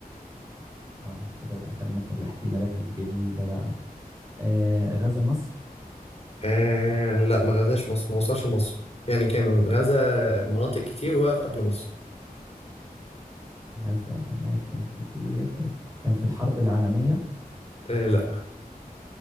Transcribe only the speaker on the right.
اه كده دخلنا في الاحتمالات البعيدة بقى آه، غزا مصر
غزا أماكن كتير كان في الحرب العالمية